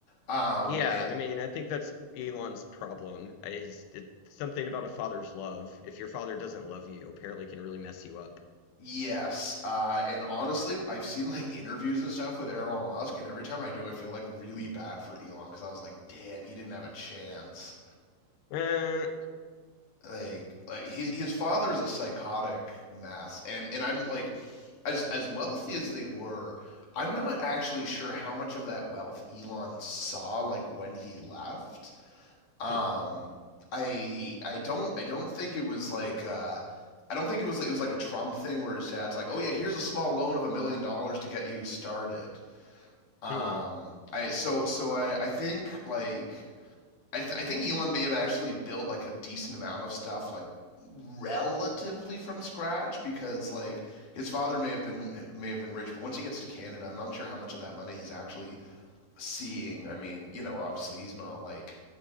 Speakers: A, on the left (about 60°); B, on the left (about 85°).
A: Um,
B: Yeah,
A: it,
B: and I mean, I think that's Elon's problem. I- His it, something about a father's love. If your father doesn't love you, apparently can really mess you up.
A: yes. Uh, and honestly, I've seen like interviews and stuff with Errol Musk, and every time I do, I feel like really bad for Elon because I was like, damn, he didn't have a chance.
B: Uh,
A: like like his his father is a psychotic mass and and I'm like as as wealthy as they were I'm not actually sure how much of that wealth Elon saw like when he left um
B: hmm,
A: I I don't I don't think it was like uh I don't think it was it was like a Trump thing where his dad's like, "Oh yeah, here's a small loan of a million dollars to get you started." Um
B: hmm,
A: I so so I I think like I, th- I think Elon may have actually built like a decent amount of stuff like relatively from scratch because like his father may have been may have been rich but once he gets to Canada I'm not sure how much of that money he's actually seeing I mean you know obviously he's not like